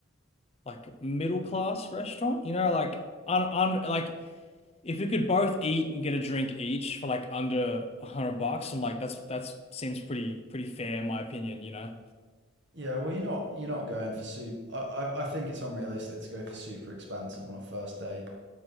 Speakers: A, on the left; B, on the right.
A: like middle class restaurant, you know, like on on like if we could both eat and get a drink each for like under a hundred bucks, I'm like that's that's seems pretty pretty fair in my opinion, you know.
B: yeah. Well, you're not you're not going for super. I, I I think it's unrealistic to go for super expensive on a first date.